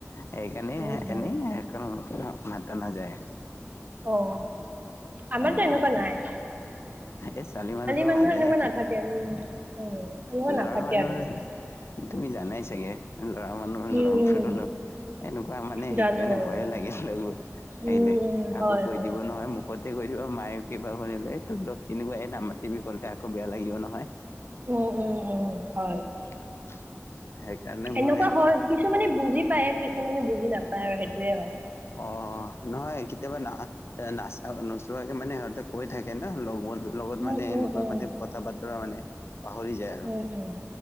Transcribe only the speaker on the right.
উম, উম,
অ আমাৰতো
এনেকুৱা নাই
মানুহৰ
এনেকুৱা
নাথাকে, উম, উম, এনেকুৱা
নাথাকে
আৰু
উম,
উম,
জানো, জানো,
উম, উম,
হয়,
হয়।
উ উম উম হয়
এনেকুৱা
হয় কিছুমানে বুজি পায় কিছুমানে বুজি নাপায় আৰু সেইটোয়ে হয়
উম,
উম,
উম,
উম, উম।